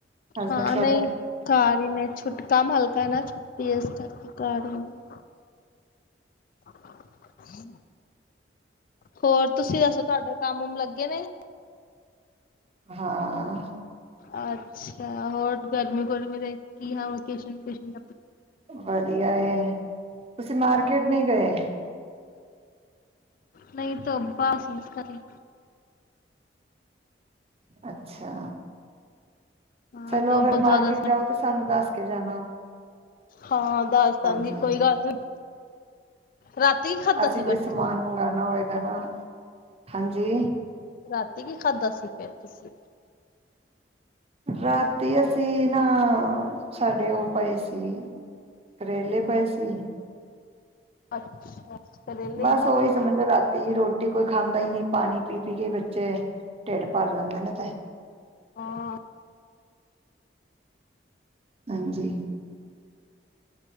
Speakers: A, on the right; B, on the left.
A: ਹਸਬੈਂਡ
B: ਹਾਂ
A: ਤੁਹਾਡੇ
B: ਨਹੀਂ ਘ ਹੀ ਨੇ ਛੁੱਟ ਕੰਮ ਹਲਕਾ ਨਾ ਛੁੱਟੀ ਏ ਇਸ ਕਰਕੇ ਘਰ ਹੀ ਹੁੰਦੇ। <unintelligible> ਹੋਰ ਤੁਸੀਂ ਦੱਸੋ ਤੁਹਾਡਾ ਕਾਮ ਕੁਮ ਲ ਗੇ ਨੇ।
A: ਹਾਂ
B: ਅੱਛਾ ਹੋਰ ਗਰਮੀ-ਗੁਰਮੀ ਦੇ ਕੀ ਹਾਂ ਵਕੇਸ਼ਨ, ਵੋਕੇਸ਼ਨ
A: ਵਧੀਆ ਏ। ਤੁਸੀਂ ਮਾਰਕੀਟ ਨਹੀਂ ਗਏ।
B: ਨਹੀਂ <unintelligible> ਇਸ ਕਰੇ।
A: ਅੱਛਾ
B: ਹਾਂ
A: ਚਲੋ
B: ਤਾਂ
A: ਅਗਰ
B: ਬਹੁਤ ਜ਼ਿਆਦਾ
A: ਮਾਰਕੀਟ ਜਾਓ ਤਾਂ ਸਾਨੂੰ ਦੱਸ ਕੇ ਜਾਣਾ।
B: ਹਾਂ ਹਾਂ ਦੱਸ ਦਵਾਂਗੀ
A: ਹਾਂਜੀ
B: ਕੋਈ ਗੱਲ ਨੀ। ਰਾਤੀ ਕੀ ਖਾਧਾ
A: ਅਸੀਂ
B: ਸੀ ਫਿਰ
A: ਕੋਈ
B: ਤੁਸੀਂ
A: ਸਮਾਨ ਮੰਗਾਨਾ ਹੋਏ <unintelligible> ਹਾਂਜੀ
B: ਰਾਤੀ ਕੀ ਖਾਧਾ ਸੀ ਫੇਰ ਤੁਸੀਂ।
A: ਰਾਤੀ ਅਸੀਂ ਨਾ ਸਾਡੇ ਉਹ ਪਾਏ ਸੀ ਕਰੇਲੇ ਪਾਏ ਸੀ।
B: ਅੱਛਾ ਕਰੇਲੇ
A: ਬਸ
B: ਖਾਂਦੇ
A: ਓਹੀ
B: ਨੇ,
A: ਸਮਝੋ ਰਾਤੀ ਰੋਟੀ ਕੋਈ ਖਾਂ ਦਾਹੀ ਨਹੀਂ ਪਾਣੀ ਪੀ-ਪੀ ਕੇ ਬੱਚੇ ਢਿੱਡ ਭਰ ਲਿੰਦੇ ਨੇ ਤੇ।
B: ਹਾਂ
A: ਹਾਂਜੀ